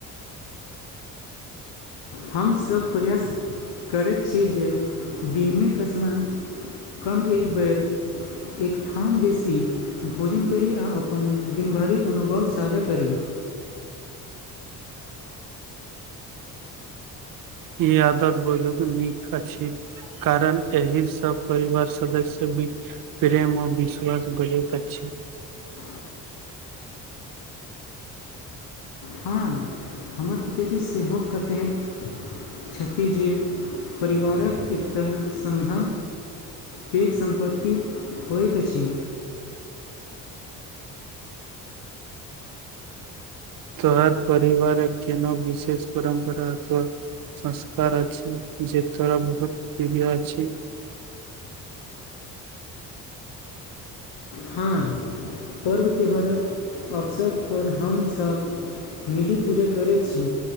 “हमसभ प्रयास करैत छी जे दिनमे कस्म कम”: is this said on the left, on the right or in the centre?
Left